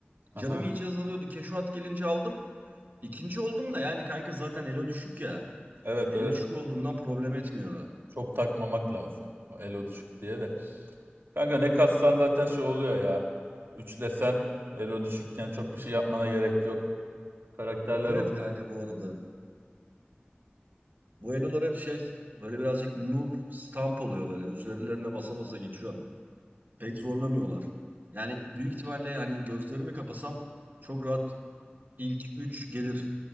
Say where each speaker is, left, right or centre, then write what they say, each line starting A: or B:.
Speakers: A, on the right; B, on the right.
A: Aha.
B: Canım iyice azalıyordu. Cash gelince aldım. İkinci oldum da yani kanka zaten elo düşük ya.
A: Evet
B: Elo
A: evet.
B: düşük olduğundan problem etmiyor.
A: Çok takmamak lazım. Bu Elo düşük diye de. Kanka ne kassan zaten şey oluyor ya. Üçlesen elo düşükken çok bir şey yapmana gerek yok. Karakterler
B: Evet
A: o.
B: kanka bu arada. Bu elolar hep şey böyle birazcık noob stamp oluyor böyle. Üzerlerine basa basa geçiyor. Pek zorlamıyorlar. Yani büyük ihtimalle hani gözlerimi kapasam çok rahat ilk 3 gelir.